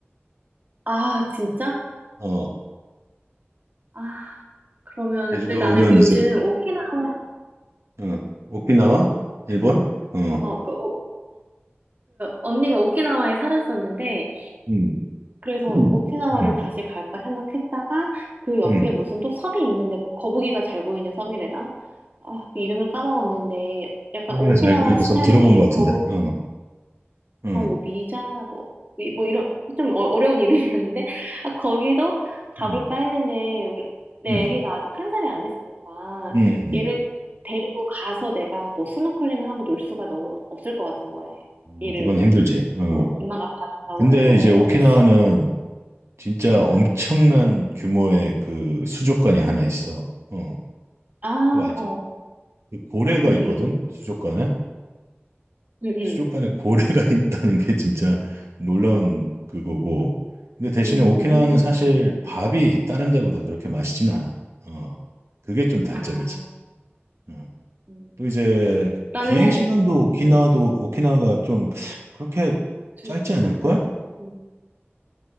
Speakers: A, on the right; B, on the right.
A: 아 진짜?
B: 어,
A: 아 그러면
B: 제주도는
A: 근데 나는 그 요즘
B: 이제
A: 오키나와
B: 어, 오키나와 일본? 어,
A: 어어그어그 언니가 오키나와에 살았었는데
B: 음,
A: 그래서
B: 음,
A: 오키나와를
B: 음,
A: 다시 갈까 생각했다가 그 옆에
B: 음.
A: 무슨 또 섬이 있는데 뭐 거북이가 잘 보이는 섬이래나? 아, 그 이름을 까먹었는데 약간
B: 고기가
A: 오키나와
B: 잘 보이는
A: 스타일의
B: 섬 들어본 것 같은데.
A: 거북이,
B: 어, 어, 음,
A: 어, 뭐 미자, 뭐, 이- 뭐 이런 좀 어- 어려운 이름이었는데 아, 거기도 가볼까
B: 음,
A: 했는데 우리, 내
B: 음.
A: 아기가 아직 한 살이 안 됐으니까
B: 음.
A: 얘를 데리고 가서 내가 뭐 스노클링을 하고 놀 수가 너무 없을 것 같은 거야.
B: 어,
A: 얘를
B: 그건 힘들지. 어.
A: 뭐 엄마가 봐준다고
B: 근데
A: 해도
B: 이제
A: 어,
B: 오키나와는
A: 어. 아,
B: 진짜 엄청난
A: 응.
B: 규모의 그 수족관이 하나 있어. 어,
A: 아,
B: 그거 알지?
A: 어.
B: 그 고래가
A: 응,
B: 있거든, 수족관에.
A: 응, 응,
B: 수족관에 고래가 <laughs> 있다는 게 진짜 놀라운 그거고. 근데 대신에
A: 응. 음,
B: 오키나와는 사실
A: 음.
B: 밥이 다른 데보다 그렇게 맛있진 않아. 어, 그게 좀 단점이지.
A: 아,
B: 어.
A: 음.
B: 또 이제
A: 나는
B: 비행 시간도 오키나와도
A: 음.
B: 오키나와가 좀 그렇게
A: 두
B: 짧지
A: 시간?
B: 않을걸?
A: 음.